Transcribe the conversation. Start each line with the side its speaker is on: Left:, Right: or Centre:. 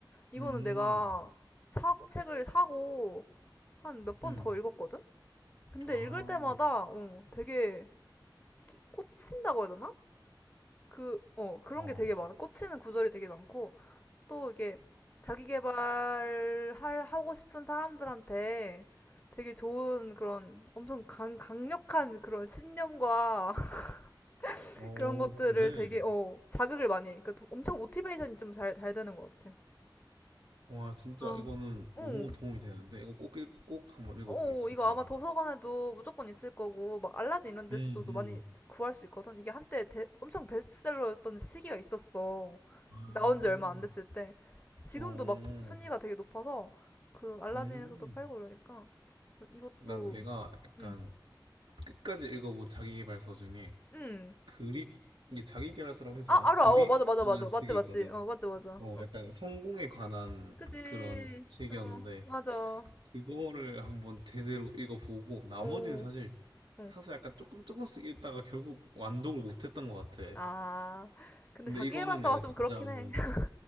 Left: 이거는
Right: 음,
Left: 내가 사, 책을 사고 한 몇 번
Right: 음.
Left: 더 읽었거든? 근데
Right: 아,
Left: 읽을 때마다 어, 되게 끼- 꽂힌다고 해야 되나? 그, 어, 그런
Right: 와.
Left: 게 되게 많아. 꽂히는 구절이 되게 많고 또 이게 자기 개발할 하고 싶은 사람들한테 되게 좋은 그런 엄청 강, 강력한 그런 신념과 <laughs>
Right: 오,
Left: 그런 것들을
Right: 그래.
Left: 되게 어, 자극을 많이 해. 그러니까 도- 엄청 모티베이션이 좀 잘, 잘 되는 것 같아.
Right: 와 진짜
Left: 어,
Right: 이거는 너무
Left: 응,
Right: 도움이 되는데 이거 꼭, 읽- 꼭 한번 읽어볼게
Left: 어,
Right: 진짜로
Left: 이거 아마 도서관에도 무조건 있을 거고, 막 알라딘 이런 데서도
Right: 음, 음.
Left: 많이 구할 수 있거든. 이게 한때 대- 엄청 베스트셀러였던 시기가 있었어.
Right: 아,
Left: 나온 지 얼마 안 됐을 때. 지금도
Right: 어,
Left: 막 순위가 되게 높아서, 그 알라딘에서도
Right: 음.
Left: 팔고 이러니까, 이것도,
Right: 난 내가 약간
Left: 응,
Right: 끝까지 읽어본 자기계발서 중에
Left: 응.
Right: 그릿 이게 자기계발서라고 해도
Left: 아,
Right: 되나?
Left: 알아.
Right: 그릿이라는
Left: 어, 맞아, 맞아, 맞아. 맞지,
Right: 책이
Left: 맞지.
Right: 있거든
Left: 어, 맞아, 맞아.
Right: 어 약간 성공에 관한
Left: 그지.
Right: 그런 책이었는데
Left: 어, 맞아.
Right: 그거를 한번 제대로 읽어보고 나머지는
Left: 오,
Right: 사실
Left: 응.
Right: 사서 약간 조금 조금씩 읽다가 결국 완독을 못했던 것 같아
Left: 아, 근데
Right: 근데
Left: 자기
Right: 이거는
Left: 개발사가
Right: 내가
Left: 좀
Right: 진짜
Left: 그렇긴
Right: 한번
Left: 해. <laughs>